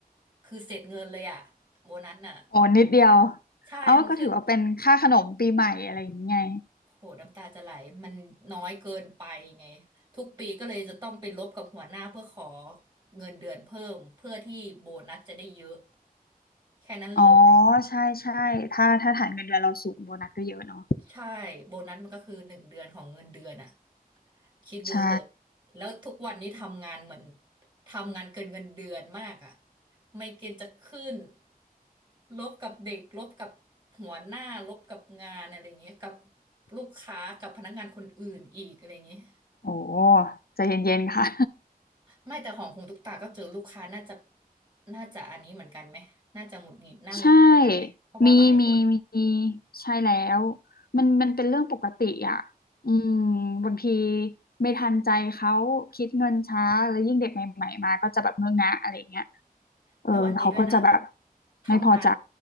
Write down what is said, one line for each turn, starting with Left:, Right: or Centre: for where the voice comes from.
Right: คือเสร็จเงินเลยอะโบนัสน่ะ
Left: โอ้นิดเดียว
Right: ใช่มันขึ้น
Left: เอาก็ถือว่าเป็นค่าขนมปีใหม่อะไรอย่างเงี้ย
Right: โหน้ำตาจะไหลมันน้อยเกินไปไงทุกปีก็เลยจะต้องไปลบกับหัวหน้าเพื่อขอเงินเดือนเพิ่มเพื่อที่โบนัสจะได้เยอะแค่นั้นเลย
Left: อ๋อใช่ใช่ถ้าถ้าฐานเงินเดือนเราสูงโบนัสก็เยอะเนาะ
Right: ใช่โบนัสมันก็คือหนึ่งเดือนของเงินเดือนอะ คิดดูเถอะ
Left: ใช่
Right: แล้วทุกวันนี้ทำงานเหมือนทำงานเกินเงินเดือนมากอ่ะไมเกรนจะขึ้นลบกับเด็กลบกับหัวหน้าลบกับงานอะไรอย่างเงี้ยกับลูกค้ากับพนักงานคนอื่นอีกอะไรอย่างเงี้ย
Left: โอ้ใจเย็นๆค่ะ
Right: ไม่แต่ของคุณตุกตาก็เจอลูกค้าน่าจะน่าจะอันนี้เหมือนกันไหมน่าจะหงุดหงิดน่าหงุดหงิดกันไหมเพราะว่าหลายคน
Left: <laughs> ใช่มีมีมีใช่แล้วมันมันเป็นเรื่องปกติอ่ะอืมบางทีไม่ทันใจเขาคิดเงินช้าแล้วยิ่งเด็กใหม่ๆมาก็จะแบบเงอะงะอะไรเงี้ย เออเขาก็จะแบบ
Right: แล้วอันนี้ด้วยนะทำงาน
Left: ไม่พอใจ